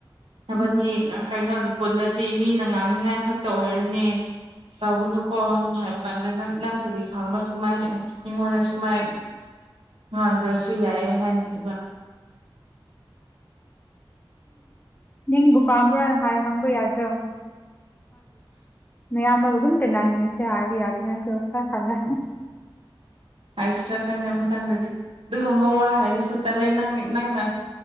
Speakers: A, on the left; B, on the right.
A: ꯎꯝ
B: ꯕꯅꯤ ꯀꯩꯅꯩꯅꯣ ꯄꯨꯜꯂꯗꯤ ꯃꯤꯅ ꯉꯥꯡꯅꯤꯉꯥꯏ ꯈꯛꯇ ꯑꯣꯏꯔꯅꯤ ꯇꯧꯒꯅꯨꯀꯣꯅ ꯍꯥꯏꯕ ꯀꯥꯟꯗ ꯅꯪ ꯅꯪ ꯀꯕꯤ ꯈꯪꯕ ꯁꯨꯃꯥꯏꯅ ꯃꯤꯉꯣꯟꯗ ꯁꯨꯃꯥꯏ ꯉꯥꯡꯗ꯭ꯔꯁꯨ ꯌꯥꯏꯑ ꯍꯥꯏꯅꯒ
A: ꯅꯤꯡꯕꯨ ꯄꯥꯝꯕ꯭ꯔꯥꯅ ꯍꯥꯏꯌ ꯍꯪꯕ ꯌꯥꯗ꯭ꯔꯣ ꯃꯥꯔꯤ ꯑꯗꯨꯝ ꯇ ꯅꯤꯡꯉꯤꯁꯦ ꯍꯥꯏꯔ ꯌꯥꯗꯦ ꯆ ꯈꯔ ꯈꯂ
B: ꯑꯁ ꯔ ꯌꯥꯝ ꯪꯅꯕꯤ ꯑꯗꯨꯒꯨꯝꯕ ꯋꯥ ꯍꯥꯏꯔꯁꯨ ꯇꯜꯂꯦ ꯅ ꯅꯪꯅ